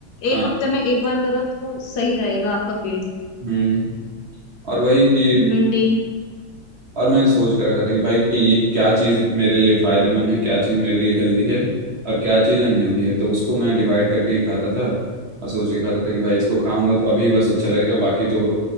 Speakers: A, on the right; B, on the left.
A: हाँ
B: एक हफ्ते में एक बार करो तो सही रहेगा आपका पेट
A: हम्म और वही कि
B: मेंटेन
A: और मैं सोच कर रखा था कि भाई कि ये क्या चीज मेरे लिए फायदेमंद है क्या चीज मेरे लिए हेल्दी है और क्या चीज अनहेल्दी है तो उसको मैं डिवाइड करके ही खाता था और सोच के खाता था कि भाई इसको खाऊंगा तो अभी बस अच्छा लगेगा बाकी तो